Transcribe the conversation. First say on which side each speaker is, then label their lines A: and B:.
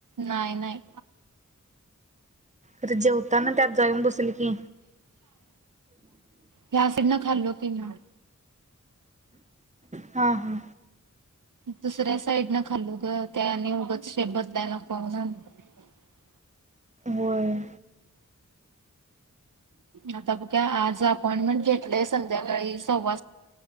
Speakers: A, on the right (about 80°); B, on the right (about 25°).
A: नाही नाही.
B: अरे जेवताना. त्यात जाऊन बसल की
A: ह्या साईड न खाल्लो की म
B: हा हा
A: दुसऱ्या साईड न खाल्लो त्या आणि उगं शेंबद नाही ना पाहून <unintelligible>
B: होय.
A: आता बघ आज अपॉइंटमेंट घेतलंय संध्याकाळी सव्वा